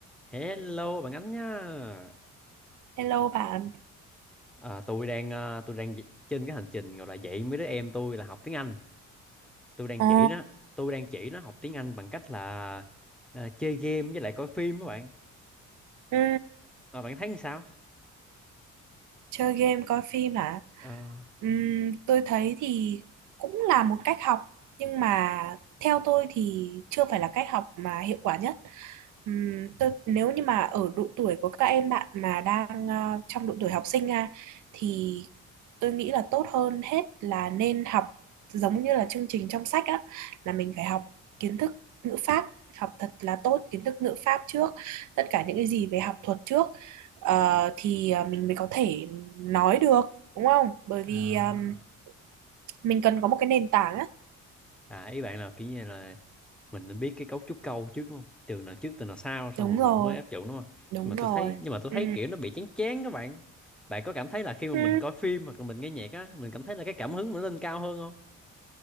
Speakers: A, in the centre; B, on the right.
A: Hello bạn Ánh nhá,
B: Hello bạn.
A: À, tôi đang à, tôi đang trên cái hành trình gọi là dạy mấy đứa em tôi là học tiếng Anh. Tôi đang
B: Ồ,
A: chỉ nó, tôi đang chỉ nó học tiếng Anh bằng cách là à, chơi game với lại coi phim các bạn.
B: ừ,
A: À, bạn thấy sao?
B: chơi game coi phim hả
A: Ờ,
B: Ừm, tôi thấy thì cũng là một cách học nhưng mà theo tôi thì chưa phải là cách học mà hiệu quả nhất Ừm, tôi nếu như mà ở độ tuổi của các em bạn mà đang ờ, trong độ tuổi học sinh à, thì tôi nghĩ là tốt hơn hết là nên học giống như là chương trình trong sách á là mình phải học kiến thức ngữ pháp học thật là tốt kiến thức ngữ pháp trước tất cả những cái gì về học thuật trước Ờ, thì ờ, mình mới có thể nói được đúng không bởi vì
A: à,
B: um, mình cần có một cái nền tảng á
A: à, ý bạn là kiểu như là mình nên biết cái cấu trúc câu trước đúng không? Từ nào trước từ nào sau xong
B: đúng
A: rồi
B: rồi
A: mình mới áp dụng đúng không?
B: đúng
A: Nhưng mà
B: rồi
A: tôi thấy nhưng mà tôi
B: ừ.
A: thấy kiểu nó bị chán chán các bạn. Bạn có cảm thấy là khi mà
B: Ừ.
A: mình coi phim hoặc là mình nghe nhạc á, mình cảm thấy là cái cảm hứng mình nó lên cao hơn không?